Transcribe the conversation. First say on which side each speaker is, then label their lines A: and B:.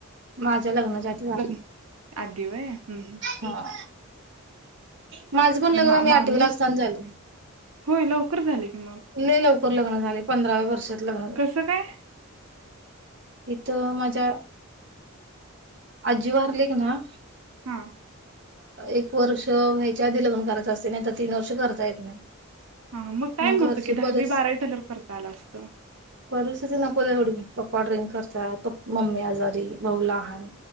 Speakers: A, on the right; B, on the right.
A: माझं लग्नाच्या आधी वारली
B: लग्न आधी होय हम्म हम्म
A: हं <unintelligible> माझं पण लग्न
B: मा
A: मी आठवीला
B: माणूस
A: असताना झालयं,
B: होय लवकर झाले की मग
A: लय लवकर. लवकर लग्न झालय पंधराव्या वर्षात लग्न झाले
B: कसं काय?
A: इथं माझ्या आजी वारली की, ना
B: हां.
A: एक वर्ष व्हायच्या आधी लग्न करायचं असतंय. नाही तर तीन वर्ष करता येत नाही.
B: हा हा टाइम
A: मग
B: होतो
A: घरची
B: की दहावी
A: परिस
B: बारावी झाल्यावर करता आला असतं
A: परिस्थिती नको तेवढी पप्पा ड्रिंक -- करताय. मम्मी आजारी. भाऊ लहान.